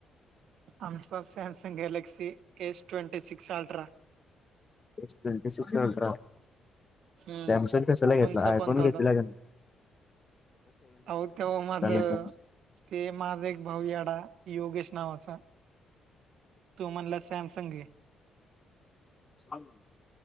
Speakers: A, on the right (about 75°); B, on the left (about 30°).
A: आमचां Samsung Galaxy S twenty six ultra
B: टवेटी, सिक्स अल्ट्रा
A: हम्म
B: सॅमसंग कश्या ले घेतला
A: तुमचा
B: आयफोन
A: कोणता
B: घेतलेला
A: होता?
B: कां नाहीं
A: अहो तेंव्हा माझं
B: नवीन
A: ते माझे एक भाऊ येडां योगेश नावांचा तो म्हणला सॅमसंग घे
B: सा, ब <unintelligible>